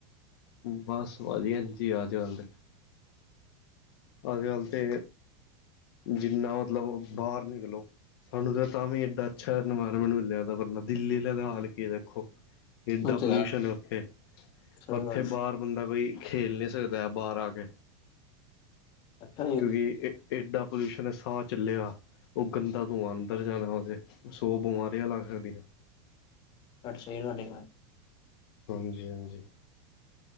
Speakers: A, on the left; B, on the left.
A: ਬਸ, ਵਧੀਆ ਜੀ ਅੱਜ ਕੱਲ ਦੇ ਅੱਜ-ਕੱਲ ਤੇ ਜਿੰਨਾ ਮਤਲਬ ਬਾਹਰ ਨਾ ਨਿਕਲੋ ਸਾਨੂੰ ਤਾਂ ਤਾਂ ਵੀ ਇਡਾ ਅੱਛਾ, ਇਨਵਾਇਰਮੈਂਟ ਮਿਲਿਆ, ਦਿੱਲੀ ਵਾਲਿਆ ਦਾ ਹਾਲ ਕੀ ਦੇਖੋ ਏਨਾ
B: ਉਹ ਤੇ
A: ਪੋਲਿਊਸ਼ਨ, ਹੈ ਉੱਥੇ
B: ਸਹੀ
A: ਉੱਥੇ
B: ਗੱਲ
A: ਬਾਹਰ ਬੰਦਾ ਬਈ, ਖੇਲ ਨਹੀਂ ਸਕਦਾ ਬਾਹਰ ਆ ਕੇ,
B: ਅੱਛਾ ਜੀ
A: ਕਿਉਂਕਿ, ਏਡਾ ਪੋਲਿਊਸ਼ਨ ਹੈ ਸਾਹ ਚੱਲਿਆ ਉਹ, ਗੰਦਾ ਧੂੰਆ ਅੰਦਰ ਜਾਣਾ ਏ, ਉਹ ਸੌ ਬਿਮਾਰੀਆਂ ਲੱਗ ਸਕਦੀਆਂ।
B: ਤੁ ਸਰ ਵਡ <inaudible>
A: ਹਾਂਜੀ ਹਾਂਜੀ